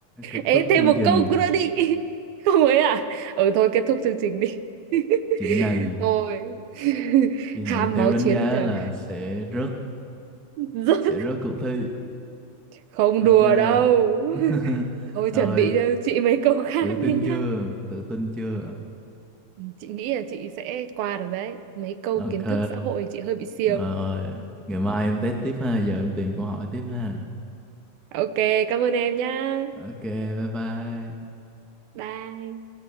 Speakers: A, in the centre; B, on the right.
A: Kết
B: Ê,
A: thúc
B: thêm
A: chương
B: một
A: trình.
B: câu nữa đi. <laughs> Không ấy à? Ừ thôi kết thúc chương trình đi. <laughs>
A: Chị này,
B: Ngồi. <laughs>
A: chị
B: Ham
A: này theo
B: máu
A: đánh
B: chiến
A: giá
B: rồi.
A: là sẽ rớt
B: Rớt.
A: sẽ rớt cuộc thi.
B: <laughs> Không
A: Ok.
B: đùa đâu. <laughs>
A: <laughs>
B: Thôi
A: Rồi
B: chuẩn bị cho chị mấy câu khác
A: Tự tin
B: đi nhá.
A: chưa? Tự tin chưa?
B: Ừ, Chị nghĩ là chị sẽ qua được đấy. Mấy câu
A: Ok.
B: kiến thức xã hội chị hơi bị siêu.
A: Rồi. Ngày mai em test tiếp ha. Giờ em tìm câu hỏi tiếp ha.
B: Ok, cảm ơn em nhá.
A: Ok. Bye bye.
B: Bye.